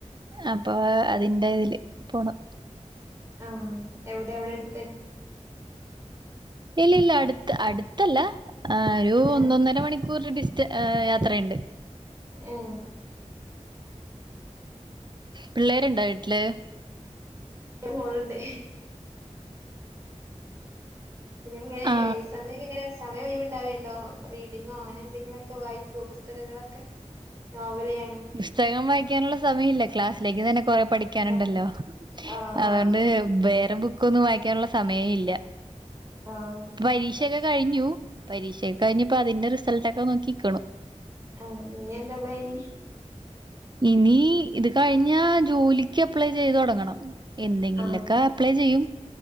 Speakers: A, on the right; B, on the right.
A: അപ്പോ അതിന്റെ ഇതില് പോണ്
B: ആ എവിടെ അവിടെ അടു
A: ഇല്ലില്ല അടുഅടുത്തല്ല ആ
B: ഏ
A: ഒന്നൊന്നര മണിക്കൂർ ഡിസ് <inaudible> ത്ര <unintelligible> ണ്ട്
B: ഏ
A: പിള്ളേരുണ്ട് വീട്ടില്
B: ഒരു മോളുണ്ട് <unintelligible>
A: ആ
B: സമയ ഒയിവാവണ്ടറീഡിങ് അങ്ങനെയന്തങ്കിലുമൊക്കെ വായിക്കൂ പുസ്തകങ്ങളൊക്കെ ക്ക നോവല് അ
A: പുസ്തകം വായിക്കാനുള്ള സമയമില്ല ക്ലാസിലേക്ക് തന്നെ കുറെ പഠിക്കാൻ ഉണ്ടല്ലോ
B: ആഹ് ആഹ്
A: അതുകൊണ്ട് ബ വേറെ ബുക്ക് ഒന്നും വായിക്കാനുള്ള സമയമില്ല
B: ആഹ്
A: പരീക്ഷയൊക്കെ കഴിഞ്ഞു പരീക്ഷയൊക്കെ കഴിഞ്ഞ് അതിന്റെ റിസൾട്ട് ക്ക നോക്കിക്കണ
B: ഉം ഇനിയെന്താ പ്ലാൻ
A: ഇനി ഇത് കഴിഞ്ഞ ജോലിക്ക് അപ്ലൈ ചെയ്തു തുടങ്ങണം എന്തെങ്കിലുമൊക്കെ
B: ആഹ്
A: അപ്ലൈ ചെയ്യും